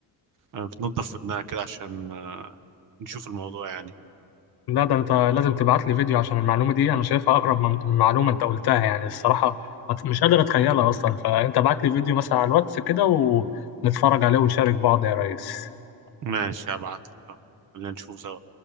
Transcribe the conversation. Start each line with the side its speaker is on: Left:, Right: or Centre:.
Right: آه بتنظف ودنها كده عشان آه نشوف الموضوع يعني
Left: لا ده انت لازم تبعت لي فيديو عشان المعلومه دي انا شايفها اقرب من من معلومه انت قلتها يعني الصراحه ما ت- مش قادر اتخيلها اصلا فانت بعت لي فيديو مثلا على الواتس كده ونتفرج عليه ونشارك بعض يا ريس
Right: ماشي هبعت لك. آه، خلينا نشوفه سوا